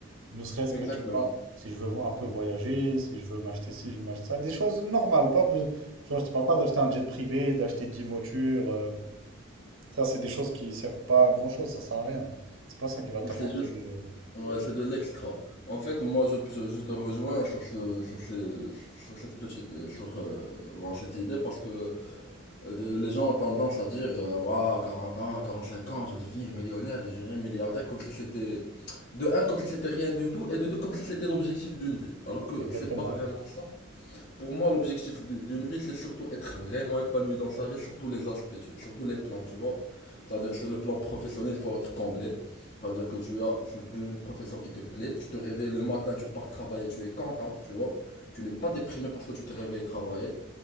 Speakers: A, on the right; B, on the left.
A: Ne serait-ce
B: Exactement.
A: que, tu vois, si je veux vo- un peu voyager, si je veux m'acheter ci, je veux m'acheter ça, des choses normales, pas, be- tu vois, je te parle pas d'acheter un jet privé, d'acheter 10 voitures. euh, ça, c'est des choses qui servent pas à grand-chose, ça sert à rien. C'est pas ça qui va t'apporter
B: C'est juste,
A: le...
B: ouais, c'est de l'extra. En fait, moi, je, je, je te rejoins sur ce, sur ce- sur cette petite, euh, sur, euh, bon, cette idée parce que Euh, de- les gens ont tendance à dire, euh, moi, à 40 ans, 45 ans, je vais devenir millionnaire, je deviendrai milliardaire, comme si c'était, de un, comme si c'était rien du tout, et de deux, comme si c'était l'objectif d'une vie. Alors que
A: Exactement.
B: c'est pas vraiment ça. Pour moi, l'objectif d- d'une vie, c'est surtout être vraiment épanoui dans sa vie, sur tous les aspects, tu- sur tous les plans, tu vois. C'est-à-dire, sur le plan professionnel, il faut être comblé. C'est-à-dire que tu as, tu fais une profession qui te plaît, tu te réveilles le matin, tu pars travailler, tu es content, tu vois. Tu n'es pas déprimé parce que tu te réveilles travailler.